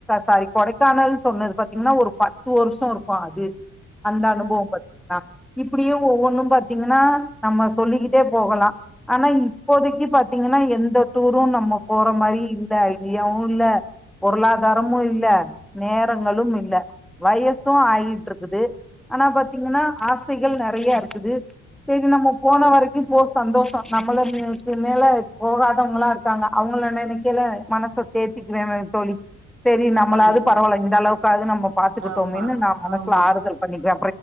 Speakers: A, in the centre; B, on the right.
A: சாரி கொடைக்கானல்னு சொன்னது பாத்தீங்கன்னா ஒரு பத்து வருஷோ இருக்கு அது அந்த அனுபவம் பாத்தா இப்டியே ஒவ்வொன்னு பாத்தீங்கன்னா நம்ம சொல்லிக்கிட்டே போகலா ஆனா இப்போதைக்கு பாத் பாத்தீங்கன்னா எந்த டூரும் நம்ம போற மாரி இல்ல ஐடியாவு இல்ல பொருளாதாரமு இல்ல நேரங்களும் இல்ல வயசு ஆகிட்டு இருக்குது ஆனா பாத்தீங்கன்னா ஆசைகள் நெறைய இருக்குது சேரி நம்ம போன வரைக்கு போ சந்தோஷோ நம்மளுக்கு இதுக்கு மேல போகாதவுங்களா இருக்காங்க அவுங்கள நெனைக்கையில மனச தேத்திக்குவ தோழி சேரி நம்மளாது
B: கண்டிப்பா
A: பரவால இந்த அளவுக்காவது நம்ம பாத்துக்கிட்டோமேனு
B: ஆமா
A: நா மனசுல
B: ஆமா
A: ஆறுதல் பண்ணிக்குவ